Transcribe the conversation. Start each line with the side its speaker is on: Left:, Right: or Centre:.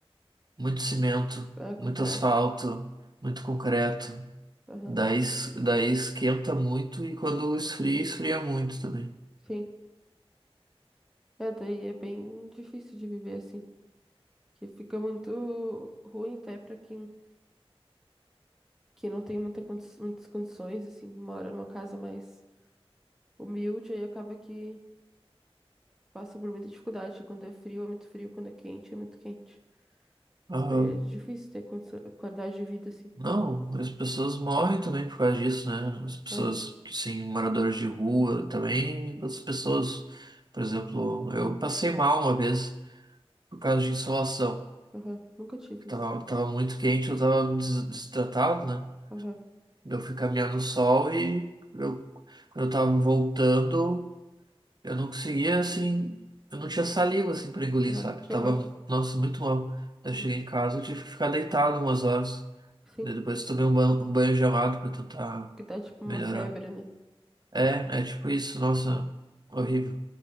Right: muito cimento,
Centre: É, concreto.
Right: muito asfalto, muito concreto.
Centre: Aham,
Right: Daí, es- daí esquenta muito e quando esfria, esfria muito também.
Centre: sim. É, daí é bem difícil de viver assim. que fica muito ruim até para quem que não tem muita condi- muitas condições, assim, mora numa casa mais humilde, aí acaba que passa por muita dificuldade. Quando é frio, é muito frio, quando é quente, é muito quente.
Right: Aham.
Centre: né? É difícil ter condição, qualidade de vida, assim.
Right: Não, as pessoas morrem também por causa disso, né? As pessoas,
Centre: É,
Right: que sim, moradores de rua também, as pessoas, por exemplo, eu passei mal uma vez por causa de insolação.
Centre: aham, Nunca tive
Right: Tava,
Centre: isso.
Right: tava muito quente, eu tava des- desidratado, né?
Centre: Aham,
Right: Eu fui caminhar no sol e eu, quando eu tava voltando. Eu não conseguia, assim, eu não tinha saliva, assim, pra engolir,
Centre: aham,
Right: sabe?
Centre: Que
Right: Eu tava,
Centre: horror.
Right: nossa, muito mal. Eu
Centre: Uhum.
Right: cheguei em casa, eu tive que ficar deitado umas horas.
Centre: Sim,
Right: Daí depois tomei um banho, um banho gelado pra tentar
Centre: que dá tipo uma
Right: melhorar.
Centre: febre, né?
Right: É, é tipo isso, nossa, horrível.